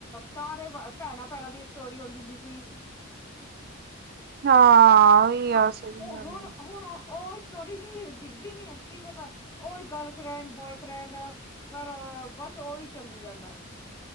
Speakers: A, on the left; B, on the right.
A: ਸਾਰੇ ਭੈਣਾਂ - ਭੈਣਾਂ ਦੀ ਸਟੋਰੀ ਹੁੰਦੀ - ਹੁੰਦੀ ਸੀ।
B: ਹਾਂ। ਉਹੀ
A: ਹਾਂ।
B: ਆ ਸਹੀ
A: ਉਹ
B: ਗੱਲ
A: ਹੁਣ
B: ਆ
A: - ਹੁਣ ਉਹ ਸਟੋਰੀ ਨੀ ਦਿਖਦੀ ਨੀ ਹੈ ਕੀ ਪਤਾ ਉਹ ਗਰਲਫਰੈਂਡ, ਬੋਆਏਫਰੈਂਡ ਪਰ ਬਸ ਉਹੀ ਚੱਲੀ ਜਾਂਦਾ ਹੈ।